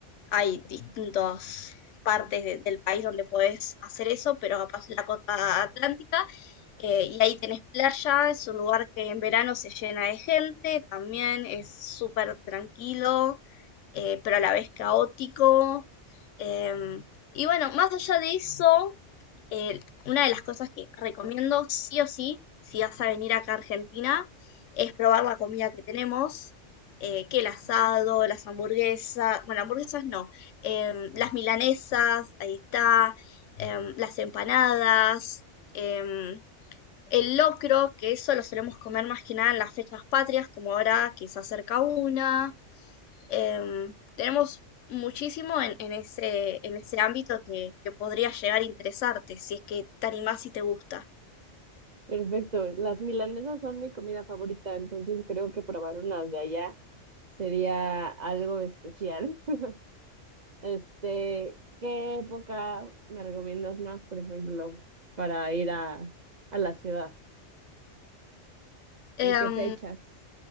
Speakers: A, on the left (about 80°); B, on the right (about 40°).
A: hay distintas partes de- del país donde podés hacer eso, pero capaz la costa atlántica, eh, y ahí tenés playa, es un lugar que en verano se llena de gente, también es súper tranquilo, eh, pero a la vez caótico. em, y bueno, más allá de eso, eh, una de las cosas que recomiendo sí o sí, si vas a venir acá a Argentina, es probar la comida que tenemos eh, que el asado, las hamburguesas, bueno, hamburguesas no, em, las milanesas, ahí está, em, las empanadas, em, el locro, que eso lo solemos comer más que nada en las fechas patrias, como ahora que se acerca una. em, tenemos muchísimo en, en ese, en ese ámbito que, que podría llegar a interesarte, si es que te animás y te gusta.
B: Perfecto. Las milanesas son mi comida favorita, entonces creo que probar unas de allá sería algo especial. <laughs> Este, ¿qué época me recomiendas más, por ejemplo, para ir a, a la ciudad? ¿En
A: Em,
B: qué fechas?